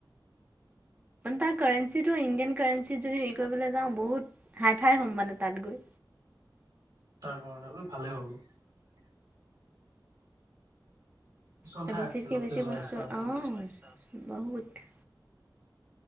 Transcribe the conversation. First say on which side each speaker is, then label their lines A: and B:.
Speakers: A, on the right; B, on the right.
A: তাৰ কাৰেঞ্চিত এইটো ইণ্ডিয়ান কাৰাৰেঞ্চি যদি ই কৰিবলৈ যাওঁ বহুত, হাই ফাই হ'ম মানে তাত গৈ।
B: তাৰ কাৰণে <unintelligible> ভালেই হব। কিছুমান
A: কেমিষ্ট্ৰিতকে
B: ঠাই আছে য'তে
A: বেছি
B: যোৱাৰ
A: বস্তু,
B: ইচ্ছা আছে।
A: অ', বহুত।